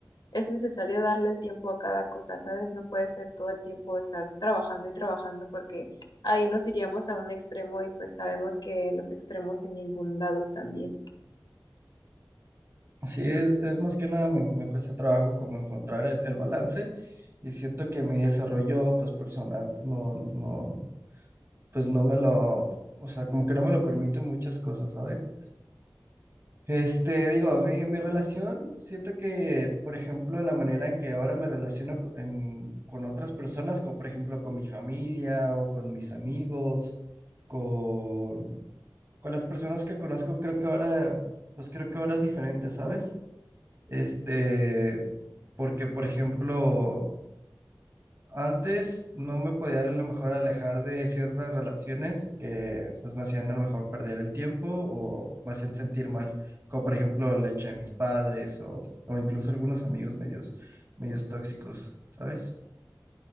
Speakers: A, on the left (about 75°); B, on the right (about 35°).
A: es necesario darle el tiempo a cada cosa, ¿sabes? No puede ser todo el tiempo estar trabajando y trabajando porque ahí nos iríamos a un extremo y pues sabemos que los extremos en ningún lado están bien.
B: Así es, es más que nada me, me cuesta trabajo como encontrar el, el balance y siento que mi desarrollo pues personal no, no, no, pues no me lo, o sea, como que no me lo permiten muchas cosas, ¿sabes? Este, digo, a mí en mi relación, siento que, por ejemplo, la manera en que ahora me relaciono co- en- con otras personas, como por ejemplo con mi familia o con mis amigos, con, con las personas que conozco, creo que ahora, pues creo que ahora es diferente, ¿sabes? Este, porque, por ejemplo, antes no me podía a lo mejor alejar de ciertas relaciones que pues me hacían a lo mejor perder el tiempo o me hacían sentir mal, como por ejemplo la hecha de mis padres o, o incluso algunos amigos medios, medios tóxicos, ¿sabes?